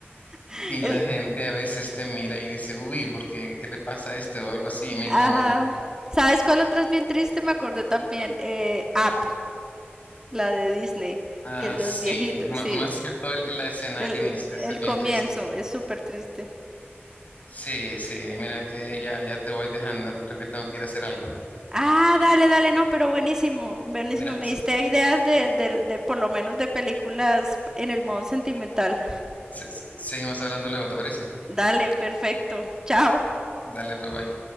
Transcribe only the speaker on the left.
y
la gente a veces te mira y dice, uy, ¿por ¿qué qué le pasa a este o algo así? y me
incomoda.
Ah,
sí,
ma-
más que todo el- la escena
del inicio,
eso es bien
triste.
Sí, sí, mira que ya, ya te voy dejando, creo que tengo que ir a hacer algo.
Mira,
se- se- seguimos hablando luego, ¿te parece?
Dale, pues bye.